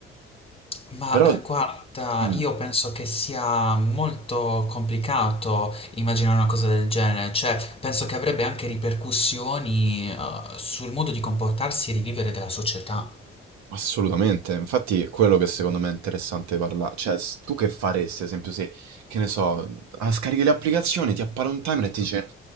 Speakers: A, on the left; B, on the right.
A: ma
B: Però...
A: eh, guarda,
B: mm.
A: io penso che sia molto complicato immaginare una cosa del genere, cioè penso che avrebbe anche ripercussioni eh, sul modo di comportarsi e di vivere della società.
B: Assolutamente, infatti è quello che secondo me è interessante parlare, cioè s- tu che faresti, ad esempio, se, che ne so, ah, scarichi le applicazioni, ti appare un timer e ti dice